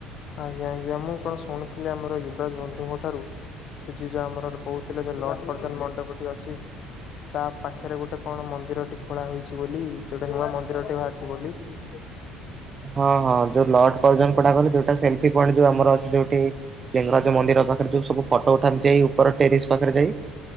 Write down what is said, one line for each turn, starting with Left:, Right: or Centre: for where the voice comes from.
Left: ଆଜ୍ଞା ଆଜ୍ଞା ମୁଁ କଣ ଶୁଣିଥିଲି ଆମର ୟୁବରାଜ ବନ୍ଧୁଙ୍କ ଠାରୁ। ସେ ଯିଏ ଯୋଉ ଆମର କହୁଥିଲେ ଯ ଲଡ ପ୍ରଧାନ ମଣ୍ଡପ ଟି ଅଛି। ତା ପାଖରେ ଗୋଟେ କଣ ମନ୍ଦିରଟି ଖୋଳା ହେଇଛି ବୋଲି ଯୋଉଟା ନୂଆ ମନ୍ଦିରଟି ବାହାରିଛି ବୋଲି। ହ <inaudible>
Right: ହଁ ହଁ ଯୋଉ ଲଟ ପର୍ଜନ କଲେ ଯୋଉଟା ସେଲଫ ପଣ୍ଟ ଯୋଉ ଆମର ଅଛି ଯୋଉଠି। ଲିଙ୍ଗରାଜ ମନ୍ଦିର ପାଖରେ ଯୋଉ ସବୁ ଫଟୋ ଉଠାନ୍ତି ଯାଇ ଉପର ଟେରିସ୍ ପାଖରେ ଯାଇ।